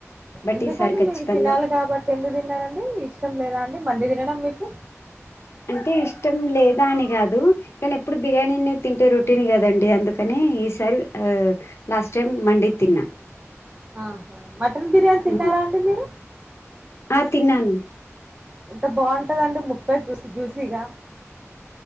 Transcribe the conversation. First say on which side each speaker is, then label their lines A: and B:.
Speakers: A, on the left; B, on the right.
A: బట్
B: ఎందుకండి
A: ఈసారి ఖచ్చితంగా
B: మేము తినాలి కాబట్టి ఎందుకు తిన్నారండి ఇష్టం లేదా అండి మండి తినడం మీకు.
A: అంటే ఇష్టం లేదా అని కాదు కానీ ఎప్పుడు బిర్యానీనె తింటే రొటీన్ కదండి అందుకని ఈసారి లాస్ట్ టైం మండీ తిన్నా.
B: ఆహా మటన్ బిర్యానీ తిన్నారా
A: ఉమ్.
B: అండి మీరు
A: ఆ తిన్నాను
B: ఎంత బాగుంటదండి ముక్క జూసి జూసిగా